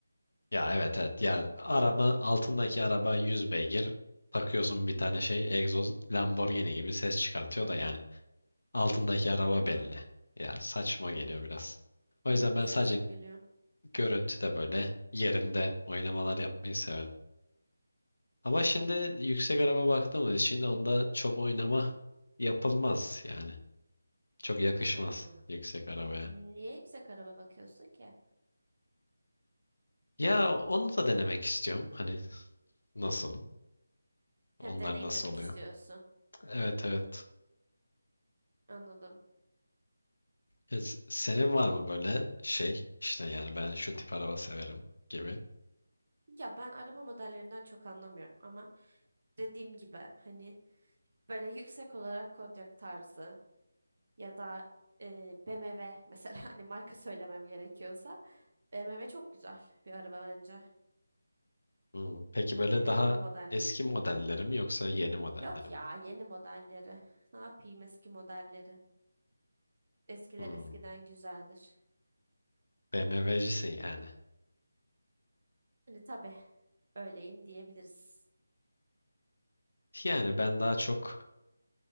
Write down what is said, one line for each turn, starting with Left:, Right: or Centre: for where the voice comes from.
Left: Ya evet evet. Ya araba altındaki araba 100 beygir. Takıyorsun bir tane şey egzoz Lamborghini gibi ses çıkartıyor da yani. Altındaki
Right: Evet
Left: araba
Right: bana da
Left: belli. Ya saçma geliyor biraz. O
Right: bana
Left: yüzden
Right: da
Left: ben
Right: saçma
Left: sadece
Right: geliyor.
Left: görüntüde böyle yerinde oynamalar yapmayı severim. Ama şimdi yüksek araba baktığımız için onda çok oynama yapılmaz yani. Çok yakışmaz
Right: Ha.
Left: yüksek arabaya.
Right: Niye yüksek araba bakıyorsun ki?
Left: Ya onu da denemek istiyorum. Hani nasıl? Onlar
Right: Ha, deneyimlemek
Left: nasıl oluyor?
Right: istiyorsun.
Left: Evet evet.
Right: Anladım.
Left: Ya s- Senin var mı böyle şey? İşte yani ben şu tip araba severim gibi.
Right: Ya ben araba modellerinden çok anlamıyorum ama dediğim gibi hani böyle yüksek olarak Kodiaq tarzı ya da e, BMW mesela <laughs> hani marka söylemem gerekiyorsa BMW çok güzel bir araba bence.
Left: Hmm, Peki böyle
Right: Hani
Left: daha
Right: onun modelleri.
Left: eski modelleri mi yoksa yeni modelleri
Right: Yok ya
Left: mi?
Right: yeni modelleri. Ne yapayım eski modelleri? Eskiler
Left: Hmm.
Right: eskiden güzeldir.
Left: BMW'cisin yani.
Right: Hani tabii öyleyim diyebiliriz.
Left: Yani ben daha çok